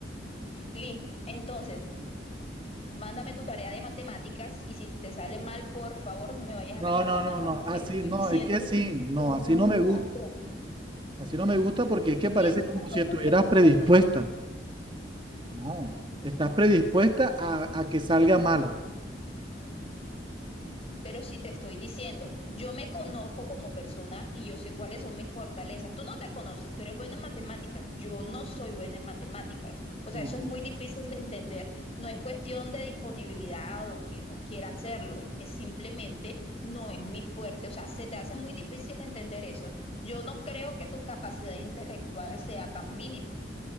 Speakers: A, on the left; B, on the right.
A: Listo. Entonces, mándame tu tarea de matemáticas y si te sale mal, por favor, no me vayas a
B: No,
A: reclamar
B: no,
A: nada,
B: no, no,
A: porque
B: así
A: te estoy
B: no,
A: diciendo
B: es que sí, no,
A: que no
B: así no me
A: sé
B: gusta.
A: hacerlo.
B: Así no me gusta porque es que parece
A: Y entonces,
B: como
A: ¿cómo
B: si estuvieras
A: quieres que
B: predispuesta.
A: te lo diga?
B: No, estás predispuesta a, a que salga mala.
A: Pero si te estoy diciendo, yo me conozco como persona y yo sé cuáles son mis fortalezas. Tú no te conoces, tú eres buena en matemáticas. Yo no soy buena en matemáticas. O sea,
B: No,
A: eso es muy difícil de entender. No es cuestión de disponibilidad o que no quiera hacerlo, es que simplemente no es mi fuerte. O sea, se te hace muy difícil entender eso. Yo no creo que tu capacidad intelectual sea tan mínima.